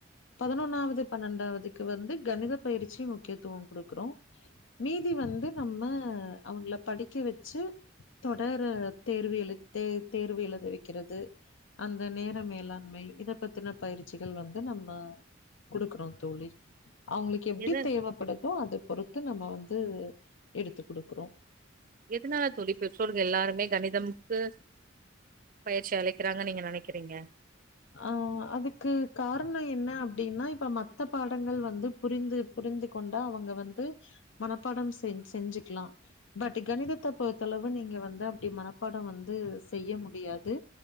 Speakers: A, on the left; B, on the right.
A: பதினொன்னாவது பன்னெண்டாவதுக்கு வந்து கணித பயிற்சி முக்கியத்துவம் கொடுக்கறோம் மீதி வந்து நம்ம அவங்க படிக்க வச்சு தொடர தேர்வு எழு தே தேர்வு எழுத வைக்கிறது அந்த நேர மேலாண்மை இதை பத்தின பயிற்சிகள் வந்து நம்ம கொடுக்குறோம் தோழி அவங்களுக்கு எப்படி
B: எது
A: தேவைப்படுதோ அத பொறுத் நம்ம வந்து எடுத்து கொடுக்குறோம்
B: எதனால தோழி எல்லாருமே கணிதம்கு பயிற்சி அளிக்கிறாங்கன்னு நீங்க நினைக்கிறீங்க
A: அஹ் அதுக்கு காரணம் என்ன அப்படின்னா இப்ப மத்த பாடங்கள் வந்து புரிந்து புரிந்து கொண்டா அவங்க வந்து மனப்பாடம் செஞ செஞ்சுக்கலாம் பட் கணிதத்தை பொறுத்தளவு நீங்க வந்து அப்படி மனப்பாடம் வந்து செய்ய முடியாது